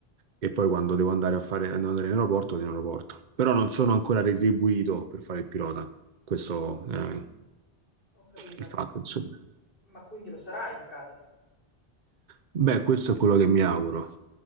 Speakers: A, on the right (about 50°); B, on the left (about 60°).
A: e poi quando devo andare a fare andare in aeroporto, vado in aeroporto. Però non sono ancora retribuito per fare il pilota. Questo è
B: ho capito,
A: il fatto, insomma.
B: ma quindi lo sarai in pratica?
A: Beh, questo è quello che mi auguro.